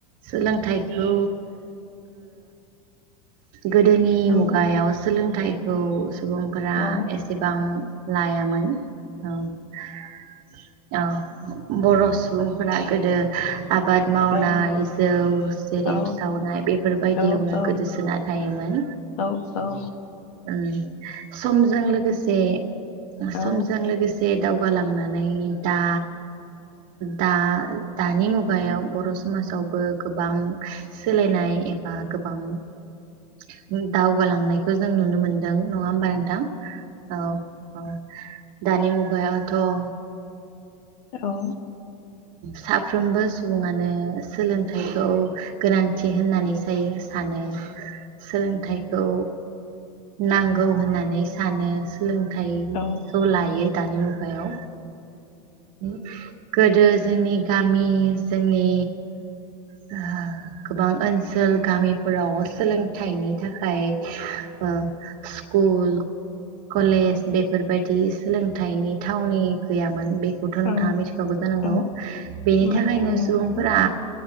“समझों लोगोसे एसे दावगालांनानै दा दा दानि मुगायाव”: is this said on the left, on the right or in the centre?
Right